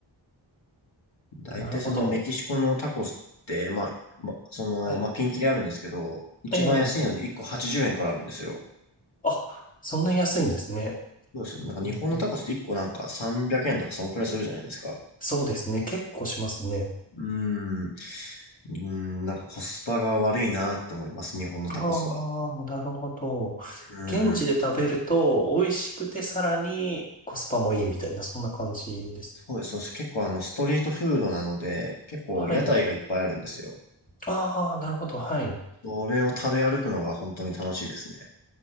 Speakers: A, on the left; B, on the left.
A: 大体そのメキシコのタコスって、
B: えなるほど。
A: まあ、ま、その、
B: はい。
A: まあ、ピンキリあるんですけど、一番安いので1個80円からあるんですよ。
B: ええあ、そんな安いんですね。
A: そうですよ。
B: うんうんうん
A: なんか日本のタコスって1個なんか300円とかそんくらいするじゃないですか。
B: そうですね。結構しますね。
A: うーん。うーん、なんかコスパが悪いなって思います、日本のタコスは。
B: ああ、なるほど。
A: うん。
B: 現地で食べると美味しくてさらにコスパもいいみたいな、そんな感じです。
A: そうです。そして結構あの、ストリートフードなので、結構屋台がいっぱいあるんですよ。
B: はい。ああ、なるほど。はい。
A: それを食べ歩くのが本当に楽しいですね。